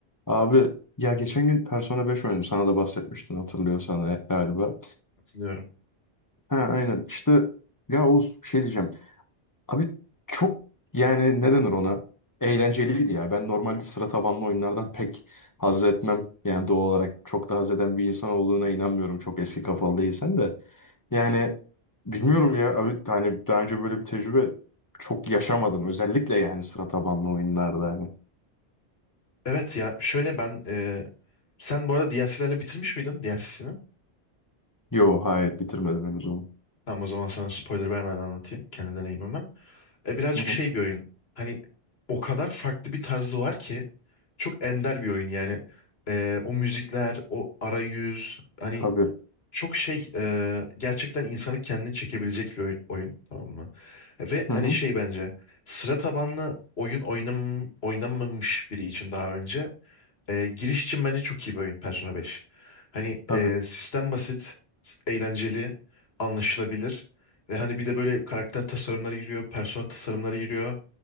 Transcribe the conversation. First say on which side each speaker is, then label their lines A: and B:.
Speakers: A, on the left; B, on the left.
A: Abi ya geçen gün Persona 5 oynadım. Sana da bahsetmiştin hatırlıyorsan e- galiba.
B: Katılıyorum.
A: Ha aynen. işte ya Oğuz şey diyeceğim. Abi çok yani ne denir ona? Eğlenceliydi ya. Ben normalde sıra tabanlı oyunlardan pek haz etmem. Yani doğal olarak çok da haz eden bir insan olduğuna inanmıyorum. Çok eski kafalı değilsen de. Yani bilmiyorum ya abi hani daha önce böyle bir tecrübe çok yaşamadım. Özellikle yani sıra tabanlı oyunlarda hani.
B: Evet ya şöyle ben e, sen bu arada DLC'lerle bitirmiş miydin DLC'sini?
A: Yo hayır bitirmedim henüz onu.
B: Tamam o zaman sana spoiler vermeden anlatayım kendi deneyimimi. E, birazcık
A: Hı hı.
B: şey bir oyun. Hani o kadar farklı bir tarzı var ki çok ender bir oyun yani. E, o müzikler, o arayüz hani
A: Tabii.
B: çok şey e, gerçekten insanı kendini çekebilecek bir oyun, oyun tamam mı? Ve
A: Hı
B: hani
A: hı.
B: şey bence sıra tabanlı oyun oynam, oynanmamış biri için daha önce E, giriş için bence çok iyi bir oyun Persona 5. Hani
A: Tabii.
B: e, sistem basit, s- eğlenceli, anlaşılabilir. Ve hani bir de böyle karakter tasarımları giriyor, persona tasarımları giriyor,